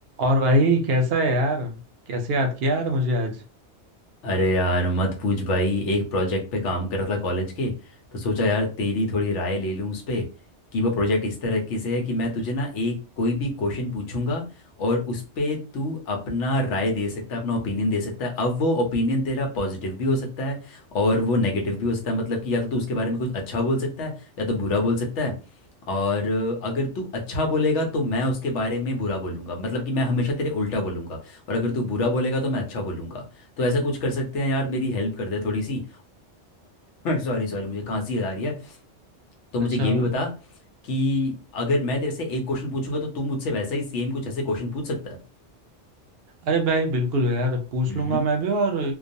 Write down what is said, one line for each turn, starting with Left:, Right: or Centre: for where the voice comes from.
Right: और भाई कैसा है यार कैसे याद किया यार मुझे आज
Left: अरे यार मत पूछ भाई एक प्रोजेक्ट पे काम कर रहा था कॉलेज के तो सोचा यार तेरी थोड़ी राय ले लूँ उस पे कि वो प्रोजेक्ट इस तरह के से है कि मैं तुझे ना एक कोई भी क्वेश्चन पूछूंगा और उस पे तू अपना राय दे सकता है अपना ओपिनियन दे सकता है अब वो ओपिनियन तेरा पॉजिटिव भी हो सकता है और वो नेगेटिव भी हो सकता है मतलब कि या तो तू उसके बारे में कुछ अच्छा बोल सकता है या तो बुरा बोल सकता है और अगर तू अच्छा बोलेगा तो मैं उसके बारे में बुरा बोलूंगा मतलब कि मैं हमेशा तेरे उल्टा बोलूंगा और अगर तू बुरा बोलेगा तो मैं अच्छा बोलूंगा तो ऐसा कुछ कर सकते हैं यार मेरी हेल्प कर दे थोड़ी सी सॉरी सॉरी <coughs> मुझे खांसी आ रही है तो मुझे
Right: अच्छा
Left: ये भी बता कि अगर मैं तेरे से एक क्वेश्चन पूछूंगा तो तू मुझसे वैसा ही सेम कुछ ऐसे क्वेश्चन पूछ सकता है
Right: अरे भाई बिल्कुल यार पूछ
Left: हम्म
Right: लूंगा मैं भी और